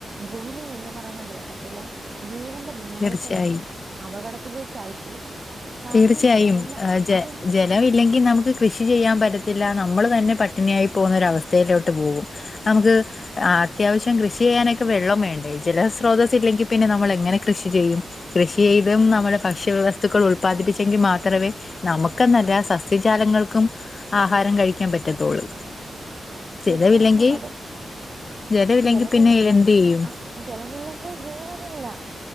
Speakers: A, on the right; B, on the left.
A: ഭൂമി എന്ന് പറയുന്ന ഗ്രഹത്തിലെ ജീവൻ ന്റെ നിലനിൽപ്പ്
B: തീർച്ചയായും
A: തന്നെ അപകടത്തിലേക്കായി പോകും കാരണം
B: തീർച്ചയായും
A: ജലമില്ല
B: ജ
A: അത്
B: ജലം ഇല്ലെങ്കിൽ നമുക്ക് കൃഷി ചെയ്യാൻ പറ്റത്തില്ല നമ്മള് തന്നെ പട്ടിണിയായി പോകുന്നൊരവസ്ഥയിലോട്ട് പോകും നമുക്ക് അത്യാവശ്യം കൃഷി ചെയ്യാനൊ വെള്ളം വേണ്ടേ ജല സ്രോതസ് ഇല്ലെങ്കിൽ പിന്നെ നമ്മൾ എങ്ങനെ കൃഷി ചെയ്യും കൃഷി ചെയ്തും നമ്മുടെ ഭക്ഷ്യ വ്യവസ്തുക്കൾ ഉൾപ്പെ ഉല്പാദിപ്പിച്ചെങ്കിൽ മാത്രമേ നമുക്കെന്നല്ല സസ്യജാലങ്ങൾക്കും ആഹാരം കഴിക്കാൻ പറ്റത്തുള്ളൂ
A: തീർച്ചയായിട്ടും
B: ജലമില്ലെങ്കിൽ
A: അതെ
B: ജലമില്ലെങ്കിൽ
A: ജലമില്ല
B: പിന്നെ എന്ത് ചെയ്യും
A: ആഹ് ജലമില്ലെങ്കിൽ ജീവനില്ല